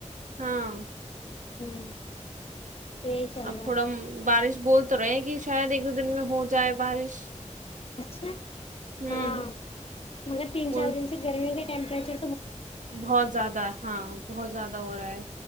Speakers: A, on the right; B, on the left.
A: ہاں
B: ہوں یہی چل
A: اب
B: رہا
A: تھوڑا
B: ہے
A: بارش بول تو رہے ہیں کہ شاید ایک دو دن میں ہو جائے بارش
B: اچھا
A: ہوں
B: ہاں مگر تین
A: بول
B: چار دن سے گرمی گ ٹمپریچر
A: بہت زیادہ ہاں بہت زیادہ ہو رہا ہے